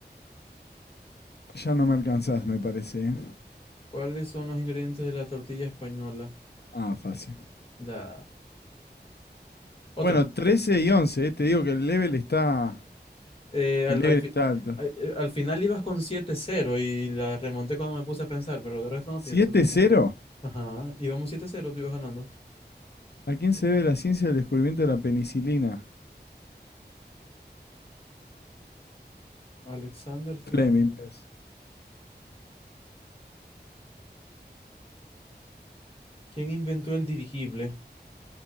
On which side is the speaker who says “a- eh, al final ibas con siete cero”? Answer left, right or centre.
Left